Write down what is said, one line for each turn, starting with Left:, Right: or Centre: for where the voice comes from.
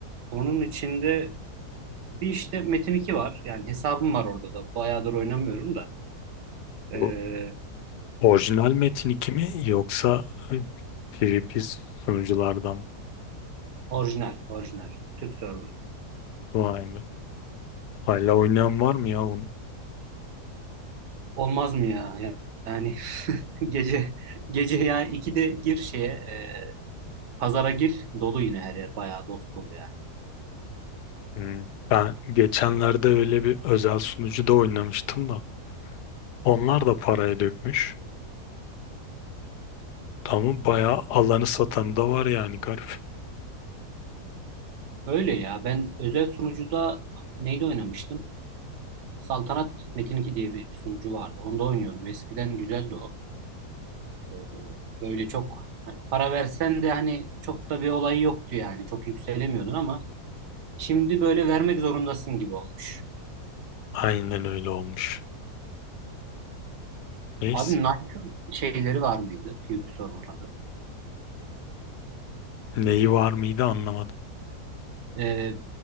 Right: Onun içinde bir işte Metin 2 var. Yani hesabım var orada da. Bayağıdır oynamıyorum da. E,
Left: Bu Orijinal metin 2 mi yoksa e, PvP sunuculardan
Right: orijinal, orijinal. Türk serverı.
Left: vay be. Hala oynayan var mı ya onu?
Right: Olmaz mı ya? Yani <laughs> gece gece yani 2'de gir şeye e, pazara gir. Dolu yine her yer. Bayağı dost dolu yani.
Left: Hmm. Ben geçenlerde öyle bir özel sunucuda oynamıştım da. Onlar da paraya dökmüş. Tamam bayağı alanı satan da var yani garip.
Right: Öyle ya. Ben özel sunucuda neyde oynamıştım? Saltanat Metin 2 diye bir sunucu vardı. Onda oynuyordum. Eskiden güzeldi o. Ee, Böyle çok hani para versen de hani çok da bir olayı yoktu yani. Çok yükselemiyordun ama şimdi böyle vermek zorundasın gibi olmuş.
Left: Aynen öyle olmuş. Neyse.
Right: Abi Knight'ın şeyleri var mıydı? PvP serverları.
Left: Neyi var mıydı anlamadım.
Right: Ee,